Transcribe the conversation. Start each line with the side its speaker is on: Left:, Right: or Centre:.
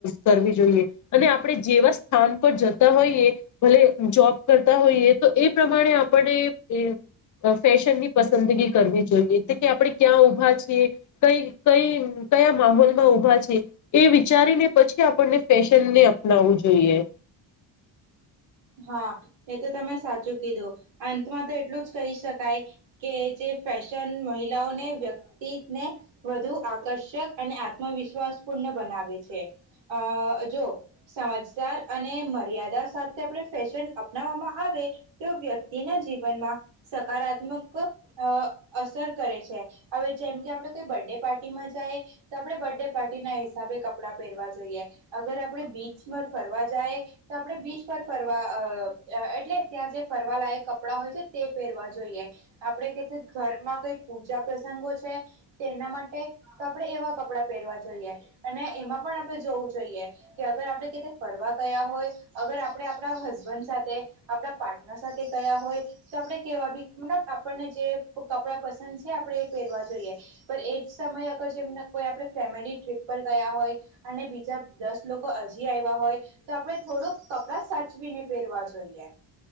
Left: કરવી જોઈએ અને આપણે જેવા સ્થાન પર જતા હોઈએ ભલે જોબ કરતા હોઈએ તો એ પ્રમાણે આપણે એ ફેશન ની પસંદગી કરવી જોઈએ તો કે આપણે ક્યાં ઊભા છીએ કઈ કઈ કયા માહોલમાં ઊભા છે એ વિચારીને પછી આપણને ફેશનને અપનાવવું જોઈએ <inaudible>
Right: હા, એ તો તમે સાચું કીધું અંતમાં તો એટલું જ કહી શકાય કે જે ફેશન મહિલાઓને, વ્યક્તિને વધુ આકર્ષક અને આત્મવિશ્વાસપૂર્ણ છે, અ જો સમજદાર અને મર્યાદા સાથે આપણે ફેશન અપનાવવામાં આવે તો વ્યક્તિના જીવનમાં સકારાત્મક અ અસર કરે છે હવે જેમ કે આપડે કોઈ બર્થ ડે પાર્ટીમાં જાય તો આપડે બર્થ ડે પાર્ટી ના હિસાબે કપડા પહેરવા જોઈએ અગર આપડે બીચમાં ફરવા જઈ તો આપડે બીચ ફરવા એટલે ત્યાં જે ફરવાલાયક કપડા હોય છે તે પહેરવા જોઈએ આપણે ઘરમાં કઈ પૂજા પ્રસંગો છે તેના માટે તો આપડણે એવા કપડા પહેરવા જોઈએ અને એમાં પણ આપણે જોવું જોઈએ કે અગર આપડણે ફરવા ગયા હોય અગર આપણે આપણા હસબન્ડ સાથે આપણા પાર્ટનર સાથે ગયા હોય તો આપણેે કેવા મબ આપણને કપડા પસંદ છે આપણે એ પહેરવા જોઈએ પણ એ જ સમયે અગર જેમ કોઈ આપ ફેમિલી ટ્રીપ પર ગયા હોય અને બીજા દસ લોકો હજી આવ્યા હોય તો આપડે થોડું કપડા સચવીને પહેરવા જોઈએ